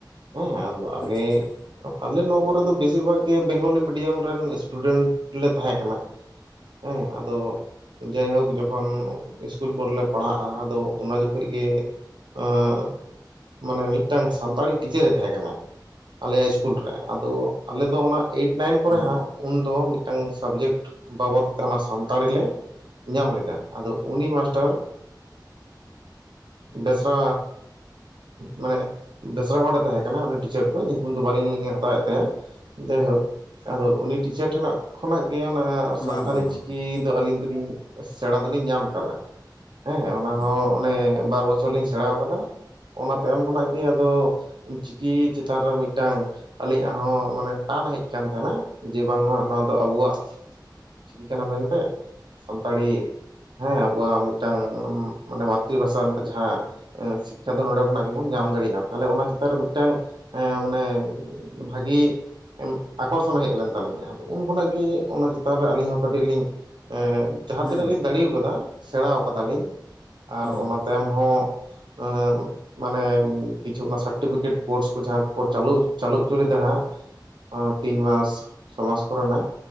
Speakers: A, on the right; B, on the left.
A: ᱦᱮᱸ ᱟ ᱟᱞᱮ
B: ᱟᱪᱪᱷᱟ ᱟᱪᱪᱷᱟ
A: ᱟᱞᱮ ᱱᱚᱣᱟ ᱠᱚᱨᱮ ᱫᱚ ᱵᱮᱥᱤᱨ ᱵᱷᱟᱜᱽ ᱜᱮ ᱵᱮᱝᱜᱚᱞᱤ ᱢᱤᱰᱤᱭᱟᱢ ᱨᱮᱱ ᱥᱴᱩᱰᱮᱱᱴ ᱞᱮ ᱛᱟᱦᱮᱸ ᱠᱟᱱᱟ ᱾ ᱦᱮᱸ ᱟᱫᱚ ᱡᱟᱭᱦᱳᱠ ᱡᱚᱠᱷᱚᱱ ᱤᱥᱠᱩᱞ ᱠᱚᱨᱮᱞᱮ ᱯᱟᱲᱦᱟᱜᱼᱟ ᱟᱫᱚ ᱚᱱᱟ ᱡᱚᱠᱷᱚᱱ ᱜᱮ ᱟᱨ ᱾ ᱢᱟᱱᱮ ᱢᱤᱫᱴᱟᱝ ᱥᱟᱱᱛᱟᱲᱤ ᱴᱤᱪᱟᱨᱮ ᱛᱟᱦᱮᱸ ᱠᱟᱱᱟ ᱾ ᱟᱞᱮᱭᱟᱜ ᱤᱥᱠᱩᱞ ᱨᱮ ᱟᱫᱚ ᱟᱞᱮ ᱚᱱᱟ ᱮᱭᱤᱴ ᱱᱟᱭᱤᱱ ᱠᱚᱨᱮ
B: ᱦᱮᱸ
A: ᱦᱟᱸᱜ ᱾ ᱩᱱᱫᱚ ᱢᱤᱫᱴᱟᱝ ᱥᱟᱵᱡᱮᱠᱴ ᱵᱟᱵᱚᱫ ᱛᱮ ᱚᱱᱟ ᱥᱟᱱᱛᱟᱲᱤ ᱞᱮ ᱧᱟᱢ ᱞᱮᱫᱟ ᱟᱫᱚ ᱩᱱᱤ ᱢᱟᱥᱴᱟᱨ ᱵᱮᱥᱨᱟ ᱢᱟᱱᱮ ᱵᱮᱥᱨᱟ ᱦᱚᱲᱮ ᱛᱟᱦᱮᱸ ᱠᱟᱱᱟᱟᱱᱟ ᱩᱱᱤ ᱴᱤᱪᱟᱨ ᱫᱚ ᱧᱩᱛᱩᱢ ᱫᱚ ᱵᱟᱹᱞᱤᱧ ᱦᱟᱛᱟᱣᱮᱫ ᱛᱟᱭᱟ ᱡᱟᱭᱦᱳᱠ ᱟᱫᱚ ᱩᱱᱤ ᱴᱤᱪᱟᱨ ᱴᱷᱮᱱᱟᱜ ᱠᱷᱚᱱᱟᱜ ᱜᱮ ᱚᱱᱟ ᱥᱟᱱᱛᱷᱟᱤ
B: ᱵᱟᱝ ᱵᱟᱝ ᱵᱟᱝ
A: ᱪᱤᱠᱤ ᱫᱚ ᱟᱹᱞᱤᱧ ᱫᱚᱞᱤᱧ ᱥᱮᱬᱟ ᱫᱚᱞᱤᱧ ᱧᱟᱢ ᱠᱟᱫᱟ ᱾ ᱦᱮᱸ ᱚᱱᱟ
B: ᱦᱩᱸ
A: ᱦᱚᱸ ᱚᱱᱮ ᱵᱟᱨ ᱵᱚᱪᱷᱚᱨ ᱞᱤᱧ ᱥᱮᱬᱟᱣ ᱠᱟᱫᱟ ᱚᱱᱟ ᱛᱟᱭᱚᱢ ᱠᱷᱚᱱᱟᱜ ᱜᱮ ᱟᱫᱚ ᱪᱤᱠᱤ ᱪᱮᱛᱟᱱ ᱨᱮ ᱢᱤᱫᱴᱟᱝ ᱟᱹᱞᱤᱧᱟᱜ ᱦᱚᱸ ᱢᱟᱱᱮ ᱴᱟᱱ ᱦᱮᱡ ᱠᱟᱱ ᱛᱟᱦᱮᱱᱟ ᱡᱮ ᱵᱟᱝᱢᱟ ᱱᱚᱣᱟ ᱫᱚ ᱟᱵᱚᱣᱟᱜ ᱪᱤᱠᱤ ᱠᱟᱱᱟ ᱢᱮᱱᱛᱮ ᱥᱟᱱᱛᱟᱲᱤ ᱦᱮᱸ ᱟᱵᱚᱣᱟᱜ ᱢᱤᱫᱴᱟᱝ ᱢᱟᱱᱮ ᱢᱟᱛᱨᱤ ᱵᱷᱟᱥᱟ ᱨᱮᱱᱟᱜ ᱡᱟᱦᱟᱸ ᱮ ᱥᱤ ᱠᱷᱟ ᱫᱚ ᱱᱚᱰᱮ ᱠᱷᱚᱱᱟᱜ ᱜᱮᱵᱚᱱ ᱧᱟᱢ ᱫᱟᱲᱮᱭᱟᱜᱼᱟ, ᱛᱟᱦᱚᱞᱮ ᱚᱱᱟ ᱪᱮᱛᱟᱱ ᱨᱮ ᱢᱤᱫᱴᱟᱝ ᱮ ᱢᱟᱱᱮ ᱵᱷᱟᱹᱜᱤ ᱟᱠᱚᱨᱥᱚᱱ ᱦᱮᱡ ᱞᱮᱱ ᱛᱟᱹᱞᱤᱧᱟ ᱾ ᱟᱫᱚ ᱩᱱ ᱠᱷᱚᱱᱟᱜ ᱜᱮ ᱚᱱᱟ ᱪᱮᱛᱟᱱ ᱨᱮ ᱟᱹᱞᱤᱧ ᱦᱚᱸ ᱠᱟᱹᱴᱤᱡ ᱞᱤᱧ ᱮ ᱡᱟᱦᱟᱸ
B: ᱦᱩᱸ
A: ᱛᱤᱱᱟᱹᱜ ᱞᱤᱧ ᱫᱟᱲᱮᱣᱠᱟᱫᱟ ᱥᱮᱬᱟᱣ ᱠᱟᱫᱟᱞᱤᱧ ᱟᱨ
B: ᱦᱩᱸ
A: ᱚᱱᱟ ᱛᱟᱭᱚᱢ ᱦᱚᱸ ᱟᱨ ᱢᱟᱱᱮ ᱠᱤᱪᱷᱩ ᱚᱱᱟ ᱥᱟᱨᱴᱯᱷᱤᱠᱮᱴ ᱠᱳᱨᱥ ᱠᱚ ᱡᱟᱦᱟᱸ ᱠᱚ ᱪᱟᱞᱩ ᱪᱟᱞᱩ ᱦᱚᱪᱚ ᱞᱮᱫᱟ ᱦᱟᱸᱜ ᱚ ᱛᱤᱱ ᱢᱟᱥ ᱪᱷᱚ ᱢᱟᱥ ᱠᱚᱨᱮ ᱱᱟᱜ